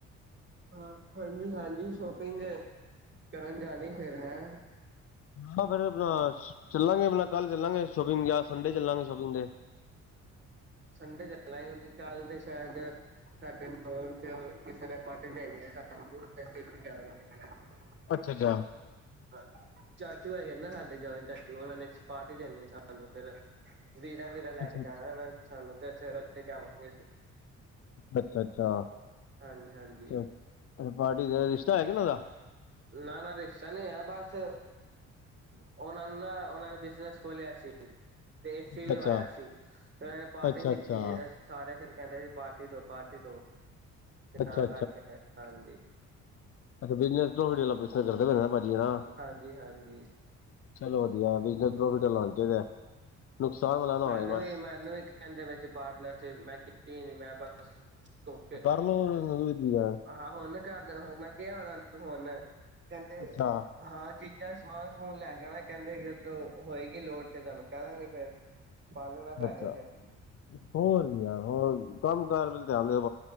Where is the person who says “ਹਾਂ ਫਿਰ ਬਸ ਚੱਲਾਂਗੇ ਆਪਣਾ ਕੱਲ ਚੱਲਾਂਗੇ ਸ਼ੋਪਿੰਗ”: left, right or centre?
Left